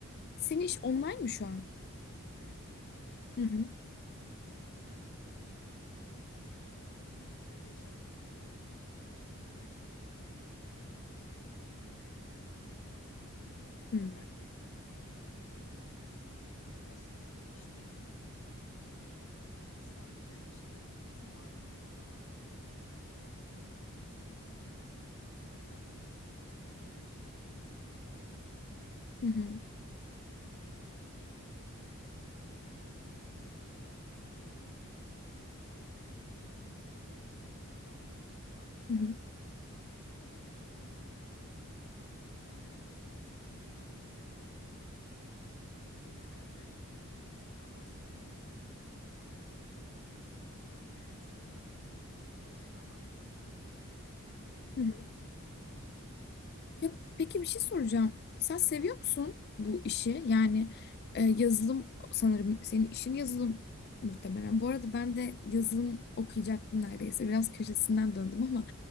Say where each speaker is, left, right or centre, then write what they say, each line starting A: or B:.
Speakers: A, on the left (about 70°); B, on the left (about 50°).
A: Senin
B: Senin
A: bu
B: iş online mı şu an?
A: evet online,
B: Hı hı.
A: Ee, online çalışıyorum bizim bizde 5 dediğimiz zaman işte akşamüstü 5 dediğimiz zaman şirkette kimseyi online yani mitte bulamıyorsun. Ee,
B: Hı hı.
A: herkes offline olmuş oluyor yani. Biraz işte bu tempoda yürüyor. E, sadece işte cuma günleri falan e, haftalık sprint review oluyor. E, yaptığımız tasklar veya işleri açıklamak kaydıyla. Onu
B: Hı hı.
A: patrona sunum şeklinde yapıyoruz. İki takımız biz. E, iki takım da totalde e, iki tane backendçi oluyor. Backend developer oluyor. Arka
B: Hı
A: plan geliştiricisi. İki tane frontend oluyor. Bir tane de business analyst ve de- veya database'e bakan kişi oluyor. O da genelde e, Scrum Master olarak geçiyor. Toplantıları ayarlayan. E, bir tane de ekstradan team lead oluyor. Onu da dışarıdan alıyoruz. Çok bir ütopik
B: hı.
A: bir durum karşılaşmadıkça.
B: Ya
A: Sizinki
B: peki bir şey soracağım. Sen seviyor musun bu işi? Yani e, yazılım sanırım senin işin yazılım muhtemelen. Bu arada ben de yazılım okuyacaktım neredeyse. Biraz köşesinden döndüm ama